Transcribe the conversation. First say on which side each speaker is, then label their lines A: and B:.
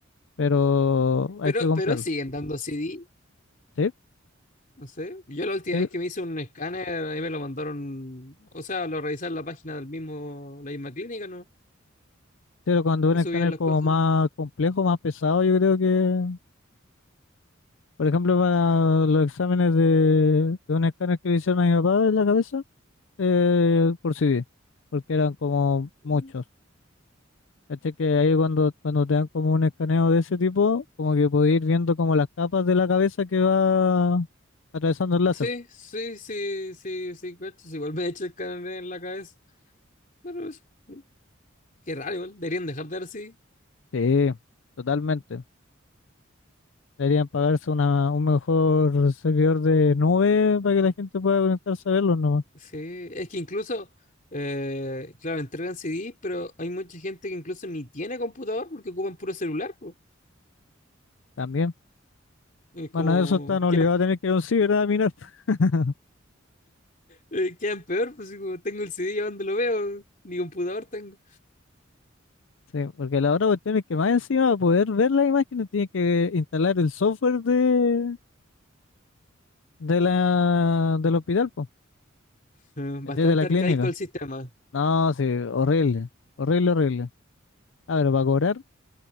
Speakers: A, on the left; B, on the left.
A: pero hay
B: Pero,
A: que comprarlo.
B: pero siguen dando CD,
A: Sí,
B: no sé. Yo la última
A: sí,
B: vez que me hice un escáner, ahí me lo mandaron, o sea, lo revisé en la página del mismo, la misma clínica, ¿no?
A: pero cuando
B: Que
A: un
B: subían
A: escáner
B: las
A: como
B: cosas.
A: más complejo, más pesado, yo creo que, por ejemplo, para los exámenes de, de un escáner que le hicieron a mi papá en la cabeza, eh, por CD, porque eran como muchos.
B: Mm,
A: ¿Cachai? Que ahí cuando, cuando te dan como un escaneo de ese tipo, como que podés ir viendo como las capas de la cabeza que va atravesando el láser.
B: Sí, sí, sí, sí, sí, cachas, Igual me he hecho escáner en la cabeza. Pero eso, mm, qué raro, igual. Deberían dejar de dar CD.
A: Sí, totalmente. Deberían pagarse una, un mejor servidor de nube para que la gente pueda conectarse a verlos nomás.
B: Sí, es que incluso, eh, claro, entregan CD, pero hay mucha gente que incluso ni tiene computador porque ocupan puro celular, pues.
A: También.
B: Es
A: Bueno,
B: como,
A: eso están obligados
B: quedan,
A: a tener que ir a un ciber a mirar. <laughs>
B: eh, quedan peor, pues así como, tengo el CD, ¿a dónde lo veo? Ni computador tengo.
A: Sí, porque la otra cuestión es que más encima para poder ver las imágenes tienen que instalar el software de, de la, del hospital, pues,
B: Eh, Bastante
A: De la
B: arcaico
A: clínica.
B: el sistema.
A: No, sí, horrible. Horrible, horrible. Ah, pero para cobrar,